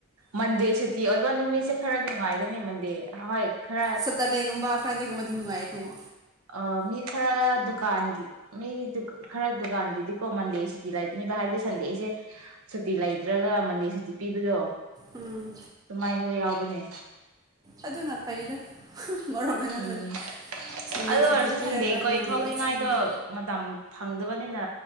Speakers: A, on the right; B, on the right.
A: ꯃꯟꯗꯦ ꯁꯨꯇꯤ ꯑꯣꯏꯕ ꯅꯨꯃꯤꯠ ꯁꯦ ꯈꯔ ꯅꯨꯡꯉꯥꯏꯒꯅꯤ ꯃꯗꯟꯗꯦ ꯍꯣꯏ ꯈꯔ
B: ꯁꯇ꯭ꯔꯗꯦꯒꯨꯝꯕ ꯐ꯭ꯔꯥꯏꯗꯦꯒꯨꯝꯕꯗꯤ ꯅꯨꯡꯉꯥꯏꯌꯦ ꯑꯣ
A: ꯑꯥ ꯃꯤ ꯈꯥꯔ ꯗꯨꯀꯥꯟꯒꯤ ꯃꯤꯗꯨ ꯈꯥꯔ ꯗꯨꯀꯥꯟꯒꯤꯗꯤꯀꯣ ꯃꯟꯗꯦ ꯁꯨꯇꯤ ꯂꯩꯕꯅꯦꯕ ꯍꯥꯏꯕꯗꯤ ꯁꯟꯗꯦꯁꯦ ꯁꯨꯇꯤ ꯂꯩꯇ꯭ꯔꯒ ꯃꯟꯗꯦ ꯁꯨꯇꯤ ꯄꯤꯕꯗꯣ
B: ꯎꯝ
A: ꯑꯗꯨꯃꯥꯏꯅꯁꯨ ꯌꯥꯎ ꯕꯅꯦ
B: ꯑꯗꯨꯅ ꯐꯩꯗ ꯑꯃꯔꯣꯝꯗ ꯈꯜꯂꯗꯤ
A: ꯎꯝ
B: ꯁꯟꯗꯦ
A: ꯑꯗꯨ ꯑꯣꯏꯔꯁꯨ
B: ꯁꯨꯇꯤ ꯄꯤꯔꯒ
A: ꯁꯟꯗꯦ ꯀꯣꯏ
B: ꯃꯟꯗꯦꯗ
A: ꯊꯣꯛꯅꯤꯡꯉꯥꯏꯗꯣ
B: ꯆꯠꯅꯤꯡꯉꯦ
A: ꯃꯇꯝ ꯐꯪꯗꯕꯅꯤꯅ